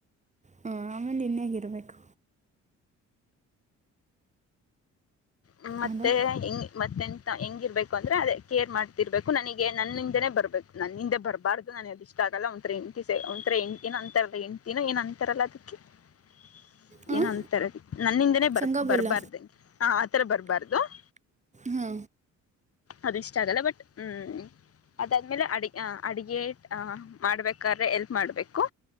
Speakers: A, on the right; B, on the left.
A: ಹ ಆಮೇಲೆ ಇನ್ನೇನ್ ಇರಬೇಕು
B: ಹ್ಮ ಮತ್ತೆ
A: ಹಲೋ
B: ಹಂಗ್ ಮತ್ತೆಂತ ಹೆಂಗಿರ್ಬೇಕು ಅಂದ್ರೆ ಅದೇ ಕೇರ್ ಮಾಡ್ತಿರ್ಬೇಕು ನನಗೆ ನನ್ನಿಂದನೇ ಬರ್ಬೇಕು ನನ್ನಿಂದೆ ಬರಬಾರ್ದು ನಾನ ಅದ ಇಷ್ಟ ಆಗಲ್ಲ ಒಂಥರ ಎತಿ ಒಂಥರ ಏನ್ ಅಂತ ಎಂಡತಿನ ಏನ್ ಅಂತಾರಲ್ಲ ಅದಕ್ಕೆ ಹ <unintelligible>
A: ಹಾಂ
B: ಏನ ಒಂದ ತರದ ನನ್ನಿಂದನೇ ಬರ್
A: ಸಂಗಾಬುಲ್ಲ
B: ಬರ್ಬಾರ್ದಂಗೆ ಹ ಆತರ ಬರ್ಬಾರ್ದು <unintelligible>
A: ಹಾ
B: ಅದು ಇಷ್ಟ ಆಗಲ್ಲ ಬಟ್ ಹ್ಮ್ ಅದಾದ್ಮೇಲೆ ಅಡಿ ಅಡಗೆ ಅ ಮಾಡ್ಬೇಕಾದ್ರೆ ಎಲ್ಪ್ ಮಾಡ್ಬೇಕು